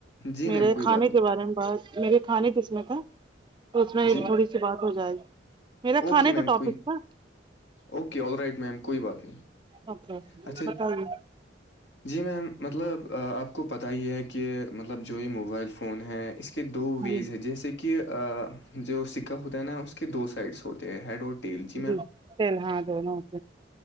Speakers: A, on the left; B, on the right.
A: جی
B: میرے
A: میم کوئی
B: کھانے
A: بات نہیں
B: کے بارے میں بات میرے کھانے جس میں کا اس میں
A: جی
B: تھوڑی سی بات ہو جائے میرا
A: اوکے
B: کھانے کا
A: میم
B: ٹاپک
A: کوئی
B: تھا
A: اوکے آل رائٹ میم کوئی بات نہیں
B: اوکے اوکے
A: اچھا
B: بتائیے
A: جی میم مطلب آپ کو پتہ ہی ہے کہ مطلب جو یہ موبائل فون ہے اس کے دو ویز
B: جی
A: ہے جیسے کہ کہ جو سکہ ہوتا ہے نا اس کے دو سائڈس ہوتے ہیں ہیڈ اور ٹیل میم
B: جی چل ہاں دو نوک